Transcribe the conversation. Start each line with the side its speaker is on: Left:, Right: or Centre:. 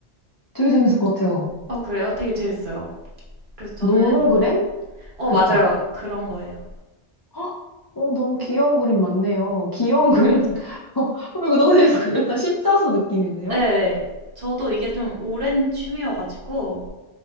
Left: 되게 재밌을 것 같아요.
Right: 어, 그래요? 되게 재밌어요. 그래서 저는
Left: 노노그램?
Right: 어,
Left: 그쵸?
Right: 맞아요. 그런 거예요.
Left: <gasps> 헉, 어, 너무 귀여운 그림 많네요. 귀여운 <laughs> 그림.
Right: 그쵸?
Left: 어, 이거 너무 재밌어. 약간 십자수 느낌인데요?
Right: 예. 예. 저도 이게 좀 오랜 취미여가지고